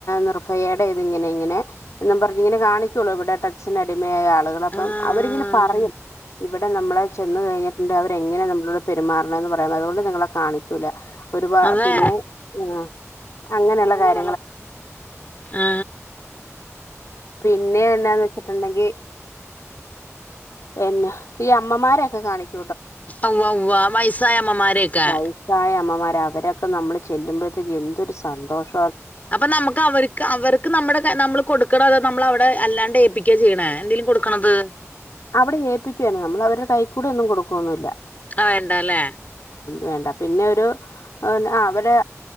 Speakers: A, on the left; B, on the left.
A: നിർബയെടെ ഇതിങ്ങനെ ങ്ങനെ <unintelligible> മായ ആളുകൾ അപ്പം
B: ആഹ്
A: അവരിങ്ങനെ പറയും ഇവിടെ നമ്മളെ ചെ ചെന്ന് കഴിഞ്ഞിട്ടുണ്ട് അവരെങ്ങെ നമ്മളോട് പെരുമാറണംന്ന് പറയാ അതുകൊണ്ട് നിങ്ങളെ കാണിക്കൂല ഒരുപാ
B: അതെ
A: പിന്നെ ആഹ് അങ്ങനുള്ള കാര്
B: അ ആ
A: പിന്നെ എന്നാന്ന് വെച്ചിട്ടുണ്ടെങ്കിൽ പിന്നെ ഈ അമ്മമാരൊക്കെ കാണിക്കു
B: ഉവ്വ് ഉവ്വ് വൈസായമ്മമാരക്കെ
A: വയസ്സായ അവരൊക്കെ നമ്മള് ചെല്ലുമ്പോഴത്തേക്ക് എന്തൊരു സന്തോഷ
B: അപ്പൊ നമുക്ക് അവർക്ക് അവർക്ക് നമ്മുടെ നമ്മള് കൊടുക്കണോ അതോ നമ്മൾ അവിടെ അല്ലാണ്ട് ഏപ്പിക്കാ ചെയ്യണേ എന്തേലും കൊടുക്കണത്
A: അവിടെ ഏൽപ്പിക്കുവയാണ് നമ്മൾ അവരുടെ കൈ കൂടെ ഒന്നും കൊടുക്കുവൊന്നുംല്ല
B: ആ വേണ്ടല്ലേ
A: വേണ്ട പിന്നെ ഒരു അവിടെ